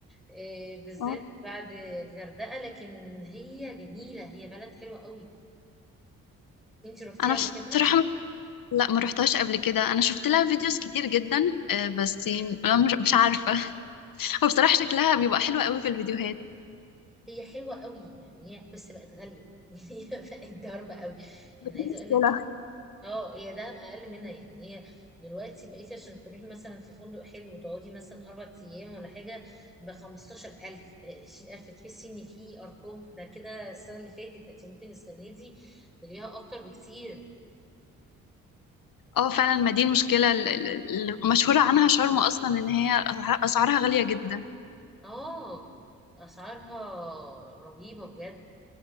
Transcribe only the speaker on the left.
اه
انا
بصراحة م- لا ما روحتهاش قبل كده انا شفت لها فيديوز كتير جدا آه، بس م- مش مش عارفة <laughs> هو بصراحة شكلها بيبقى حلو قوي في الفيديوهات
دي
مشكلة
اه فعلا ما دي المشكلة ال- ال- ال- المشهورة عنها شرم أصلا إن هي أسعار- أسعارها غالية جدا